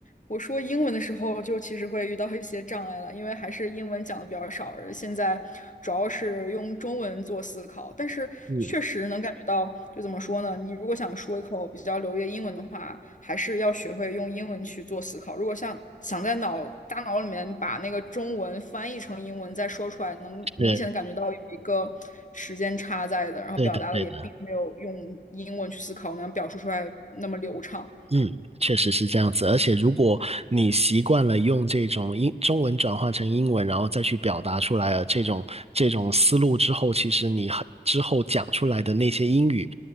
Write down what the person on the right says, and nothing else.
嗯，
对
对的，对的。嗯，确实是这样子。而且，如果你习惯了用这种英中文转换成英文，然后再去表达出来了这种这种思路之后，其实你很之后讲出来的那些英语